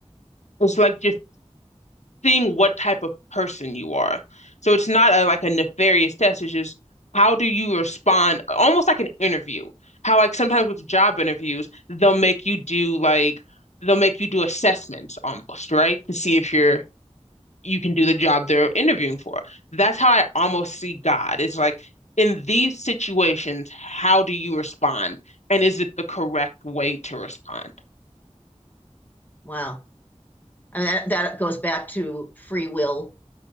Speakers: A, on the left (about 80°); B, on the left (about 15°).
A: it's like just seeing what type of person you are. So it's not a like a nefarious test. It's just how do you respond, almost like an interview. How like sometimes with job interviews, they'll make you do like they'll make you do assessments almost, right? To see if you're you can do the job they're interviewing for. That's how I almost see God. It's like in these situations, how do you respond? And is it the correct way to respond?
B: Wow. I mean, that, that goes back to free will